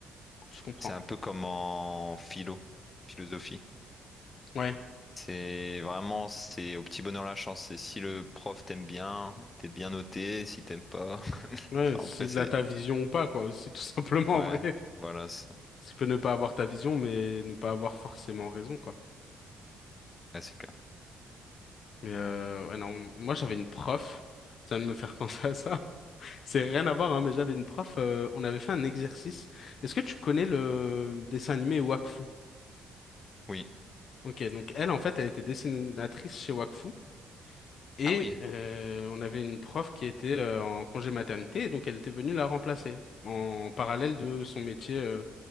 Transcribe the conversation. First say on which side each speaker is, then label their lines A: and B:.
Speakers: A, on the left; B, on the left.
A: Je comprends.
B: C'est un peu comme en philo, philosophie.
A: Ouais.
B: C'est vraiment, c'est au petit bonheur la chance. C'est si le prof t'aime bien, t'es bien noté, si t'aimes pas. <laughs>
A: Ouais,
B: Enfin,
A: c'est
B: après, c'est.
A: de la ta vision ou pas, quoi, aussi, tout <laughs> simplement,
B: Ouais,
A: en vrai.
B: voilà, c'est
A: Tu peux ne pas avoir ta vision, mais ne pas avoir forcément raison, quoi.
B: ouais, c'est clair.
A: Mais euh, ouais, non, moi, j'avais une prof, ça vient de me faire <laughs> penser à ça. C'est rien à voir, hein, mais j'avais une prof, euh, on avait fait un exercice. Est-ce que tu connais le dessin animé Wakfu?
B: Oui.
A: Ok, donc elle, en fait, elle était dessinatrice chez Wakfu. Et
B: Ah oui.
A: euh, on avait une prof qui était euh, en congé maternité, et donc elle était venue la remplacer en parallèle de son métier euh,